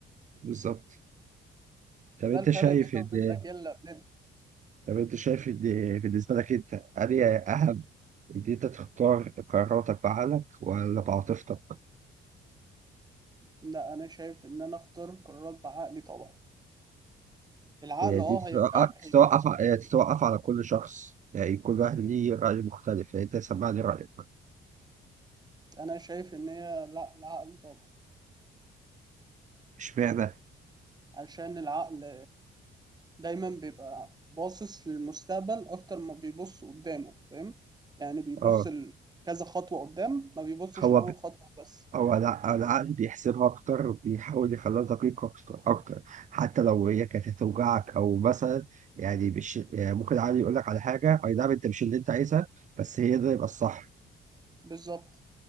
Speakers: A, on the right; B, on the right.
A: بالظبط طب
B: فده
A: انت
B: الفرق
A: شايف
B: بيننا
A: ان
B: وبين الاجيال اللي قبلنا
A: طب انت شايف ان بالنسبه لك انت انهي اهم ان انت تختار قراراتك بعقلك ولا بعاطفتك؟
B: لا انا شايف ان انا اختار قرارات بعقلي طبعا العقل
A: هي
B: اه
A: دي تتوقف
B: هيوجعك هيبقى
A: تتوقف ع- تتوقف على كل شخص يعني كل واحد ليه راي مختلف يعني انت سمعني رايك
B: انا شايف ان هي لا العقل طبعا
A: اشمعنى؟
B: علشان العقل دايما بيبقى باصص للمستقبل أكتر ما بيبص قدامه فاهم يعني بيبص
A: اه
B: ل- كذا خطوة قدام ما بيبصش
A: هو
B: لأول
A: ب...
B: خطوة بس
A: هو الع- العقل بيحسبها اكتر وبيحاول يخليها دقيقه اكتر اكتر حتى لو هي كانت هتوجعك او مثلا يعني مش يعني ممكن العقل يقول لك على حاجه اي نعم انت مش اللي انت عايزها بس هي ده يبقى الصح
B: بالظبط